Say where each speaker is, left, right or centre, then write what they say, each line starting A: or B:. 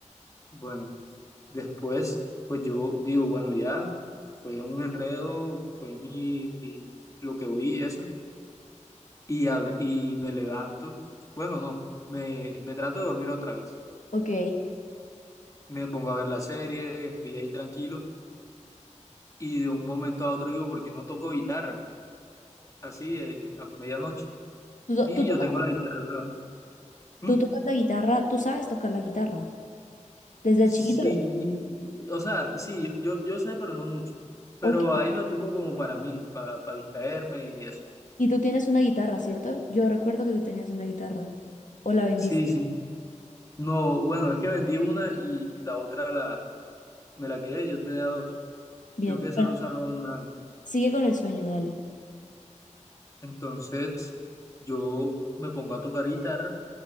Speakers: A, on the left; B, on the left.
A: Bueno, después, pues yo digo, bueno, ya fue un enredo, fue mi, mi- lo que oí y eso, y, hab- y me levanto, bueno, no, me, me trato de dormir otra vez,
B: Ok.
A: me pongo a ver la serie, estoy ahí tranquilo, y de un momento a otro digo, ¿por qué no toco guitarra? Así, eh, a medianoche,
B: ¿Tú, to-
A: y
B: tú tocas,
A: yo tengo la guitarra al lado. ¿Mm?
B: tú tocas la guitarra? ¿Tú sabes tocar la guitarra? Desde
A: Sí,
B: chiquito.
A: o sea, sí, yo, yo sé, pero no mucho. Pero
B: Ok.
A: ahí lo tengo como para mí, para distraerme y eso.
B: Y tú tienes una guitarra, ¿cierto? Yo recuerdo que tú tenías una guitarra. ¿O la vendiste?
A: Sí, sí. No, bueno, es que vendí una y, y la otra la, me la quedé, yo tenía dos,
B: Bien.
A: sino que solo
B: Bueno,
A: usaba una antes.
B: sigue con el sueño, dale.
A: Entonces, yo me pongo a tocar guitarra,